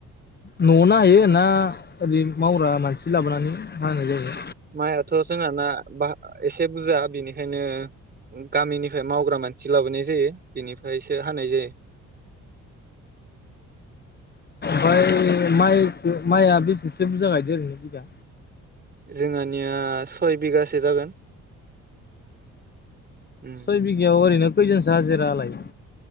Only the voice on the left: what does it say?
न'आवनो हायो ना ओरै मावग्रा मानसि लाबोनानै हानाय जायो।
ओमफाय माइखो माइआ बेसेसो बुरजा गायदो ओरैनो बिगा
सय बिगायाव ओरैनो खैजोनसो हाजिरा लायो?